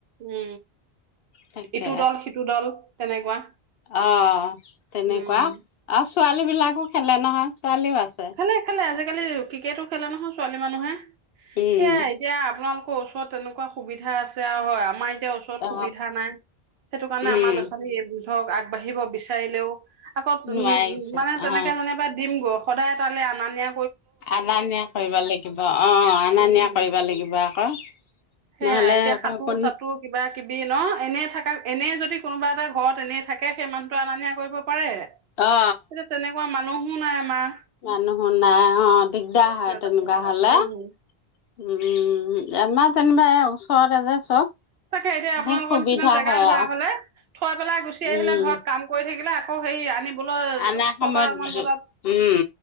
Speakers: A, on the right; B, on the left.
A: উম।
B: তাকে
A: ইটো দল, সিটো দল। তেনেকুৱা।
B: অ' তেনেকুৱা
A: উম
B: অ', ছোৱালী বিলাকো খেলে নহয়। ছোৱালীও আছে
A: খেলে-খেলে আজিকালি ক্ৰিকেটো খেলে নহয়। ছোৱালী, মানুহে।
B: উম।
A: সেয়া এতিয়া আপোনালোকৰ ওছ তেনেকুৱা সুবিধা আছে আৰু হয়, আমাৰ এতিয়া ওচৰত
B: অ
A: সুবিধা নাই, সেইটো কাৰণে
B: উম
A: আমাৰ ল'ৰা চোৱালী বুজ ধৰক, আগবাঢ়িব বিচাৰিলেও। শাকত
B: নোৱাৰিছে
A: নি মানে, তেনেকৈ
B: অ
A: যেনিবা দিম সদায় তালৈ, আনা-নিয়া।
B: আনা, নিয়া কৰিব লাগিব অ, আনা
A: উম।
B: নিয়া কৰিব লাগিব। আকৌ নহ'লে
A: সেয়া এতিয়া
B: আকৌ
A: সাঁতোৰ-চাতোৰ
B: কোন
A: কিবা-কিবি ন এনে থাকা এনে যদি কোনোবা এটা ঘৰত এনে থাকে, সেই মানুহটো আনা-নিয়া কৰিব। পাৰে তেনেকুৱা
B: অ
A: মানুহ। মানুহো নাই আমাৰ।
B: মানুহো নাই অ' দিগদাৰ
A: সেইটো
B: হয়
A: এটা
B: তেনেকুৱা
A: কথা।
B: হ'লে।
A: উম
B: উম, আমাৰ চেমবা ওচৰতে যে চব
A: তাকে এতিয়া
B: সেই
A: আপোনালোকৰ
B: সুবিধা
A: নিচিনা জেগা
B: হয়
A: ধৰা
B: আৰু
A: হ'লে, থৈ পেলাই গুচি
B: উম
A: আহিলে ঘৰত কাম কৰি থাকিলে। সেই আনিবলৈ
B: আনা সময়ত
A: ছটা মান বজাত,
B: উম